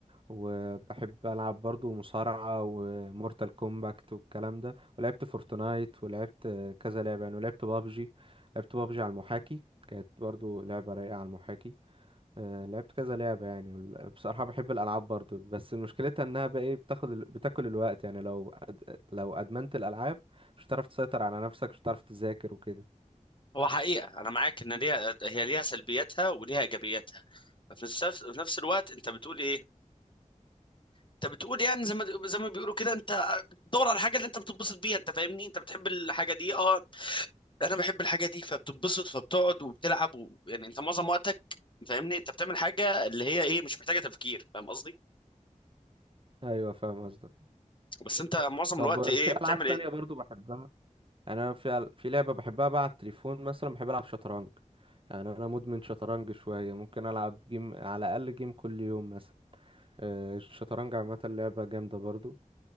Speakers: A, on the right; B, on the left.
A: وبحب العب برضو مصارعه ومورتال كومباكت والكلام ده ولعبت فورتنايت ولعبت كذا لعبه يعني ولعبت بابجي لعبت بابجي على المحاكي كانت برضو لعبه رايقه على المحاكي آه، لعبت كذا لعبة يعني وال- بصراحة بحب الألعاب برضو بس مشكلتها إنها بقى إيه بتاخد ال... بتاكل الوقت يعني لو أد... لو أدمنت الألعاب مش هتعرف تسيطر على نفسك مش هتعرف تذاكر وكده
B: هو حقيقه انا معاك ان ليها هي ليها سلبياتها وليها ايجابياتها في نفس في نفس الوقت انت بتقول ايه انت بتقول يعني زي ما زي ما بيقولوا كده انت بتدور على الحاجه اللي انت بتتبسط بيها انت فاهمني انت بتحب الحاجه دي اه انا بحب الحاجه دي فبتتبسط فبتقعد وبتلعب و... يعني انت معظم وقتك فاهمني انت بتعمل حاجه اللي هي ايه مش محتاجه تفكير فاهم قصدي
A: أيوة فاهم قصدك
B: بس انت معظم
A: طب
B: الوقت ايه
A: في ألعاب
B: بتعمل ايه
A: تانية برضو بحبها يعني أنا في أل- في لعبة بحبها بقى على التليفون مثلا بحب ألعب شطرنج يعني أنا مدمن شطرنج شوية ممكن ألعب جيم على الأقل جيم كل يوم مثلا آه، الشطرنج عامة لعبة جامدة برضو